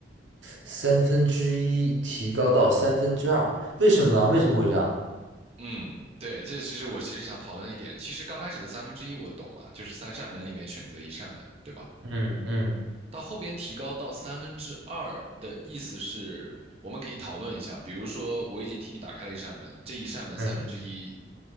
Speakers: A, on the right; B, on the right.
A: 三分之一提高到三分之二，为什么呢？为什么会这样？
B: 嗯，对，这其实我其实想讨论一点，其实刚开始的三分之一我懂嘛，就是三扇门里面选择一扇门，对吧？
A: 嗯嗯
B: 到后边提高到三分之二的意思是，我们可以讨论一下，比如说我已经替你打开了一扇门，这一扇门三分之一
A: 嗯。